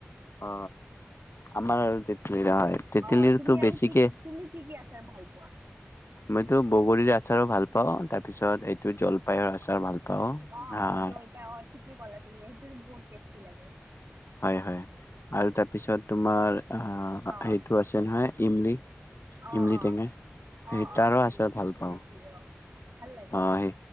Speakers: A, on the left; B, on the right.
A: অ আমাৰ আৰু তেতেলীৰ হয় তেতেলীৰটো
B: অ তুমি
A: বেছিকে
B: আৰু কি কি তুমি কি কি আছ ছ ভাল পোৱা
A: মইতো বগৰীৰ আচাৰো ভাল পাওঁ তাৰ পিছত এইটো জলপাইৰ আচাৰ ভাল পাওঁ
B: অ
A: আহ
B: অ জ্বলপাই অ ঠিকে ক'লা তুমি সেইটো একষ্টি লাগে
A: হয় হয় আৰু তাৰপিছত তোমাৰ অহ
B: অ'
A: সেইটো আছে নহয় ইমলি
B: অ'
A: ইমলি
B: অ'
A: টেঙা সেই
B: অ' অ'
A: তাৰো
B: ইদলি
A: আচাৰ ভাল পাওঁ।
B: কেটলি অ' ভাল লাগে এইটো।
A: অ সেই